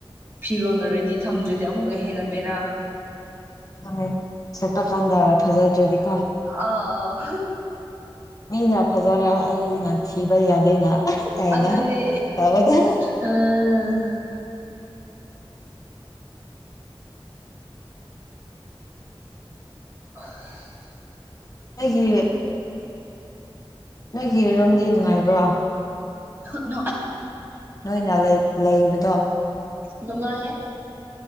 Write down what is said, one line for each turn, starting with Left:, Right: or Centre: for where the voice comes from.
Right: ꯐꯤꯔꯣꯟꯅ ꯔꯦꯗꯤ ꯊꯝꯗ꯭ꯔꯤꯗꯤ ꯑꯃꯨꯛꯀ ꯍꯦꯟꯅ ꯕꯦꯔꯥ
Left: ꯃꯅꯦ ꯁꯦꯠꯄ ꯀꯥꯟꯗ ꯐꯖꯗ꯭ꯔꯗꯤꯀꯣ
Right: ꯑ ꯑ
Left: ꯃꯤꯅ ꯐꯖꯔꯦ ꯑꯩꯅ ꯊꯤꯕ ꯌꯥꯗꯦꯅ ꯀꯥꯏꯅ
Right: ꯑꯗꯨꯗꯤ
Left: ꯇꯧꯕꯗ
Right: ꯑ <inaudible>
Left: ꯑꯩꯒꯤ ꯅꯣꯏꯒꯤ ꯔꯨꯝꯗꯤ ꯅꯨꯡꯉꯥꯏꯕ꯭ꯔꯣ
Right: ꯅꯨꯡ
Left: ꯅꯣꯏꯅ ꯂꯩꯕꯗꯣ
Right: ꯅꯨꯡꯉꯥꯏꯌꯦ